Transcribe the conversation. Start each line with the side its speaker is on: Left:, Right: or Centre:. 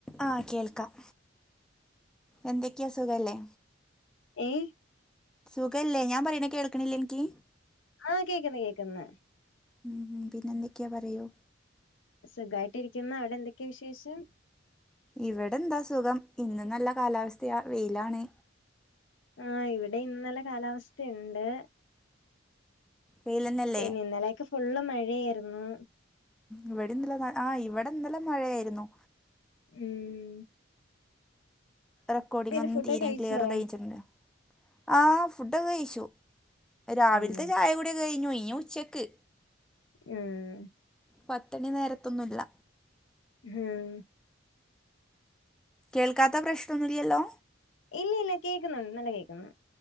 Centre: ആ കേൾക്കാം എന്തൊക്കെ സുഖോല്ലോ?
Left: ഏയ്
Centre: സുഖല്ലേ ഞാൻ പറയുന്ന കേൾക്കണില്ലേ നിക്ക്.
Left: ആ കേക്കുന്നു കേക്കുന്നു
Centre: ഉം പിന്നെ എന്തൊക്കെയാ പറയൂ.
Left: സുഖായിട്ട് ഇരിക്കുന്ന അവിടെ എന്തൊക്കെയാ വിശേഷം.
Centre: ഇവിടെ എന്താ സുഖം ഇന്ന് നല്ല കാലാവസ്ഥയാ വെയിലാണ്.
Left: ആ ഇവിടെ ഇന്നലെ കാലാവസ്ഥയുണ്ട്.
Centre: വെയിലന്നല്ലേ
Left: പിനെ ഇനലേക്കോ ഫുള്ളും മഴേയായിരുന്നു.
Centre: ഇവിടെന്നലെ ആ ഇവിടെന്നലെ മഴയായിരുന്നു.
Left: ഉം
Centre: റെക്കോർഡിങ്ങൊന്നും
Left: പിന്നെ ഫുഡൊക്കെ
Centre: തീരേം
Left: കഴിച്ചോ
Centre: ക്ലിയർ ഇ റെയ്ഞ്ചൊന്നുല്ല ആ ഫുഡൊക്കെ കഴിച്ചു രാവിലത്തെ
Left: ഉം
Centre: ചായ കുടിയേക്ക കഴിഞ്ഞു ഇനി ഉച്ചക്ക്.
Left: ഊം
Centre: പത്തുണി നേരത്തൊന്നുല്ല.
Left: ആഹ്
Centre: കേൾക്കാത്ത പ്രശ്ന്നൊന്നുല്ലല്ലോ.
Left: ഇല്ല ഇല്ല കേക്കുന്നു നല്ല കേക്കുന്നു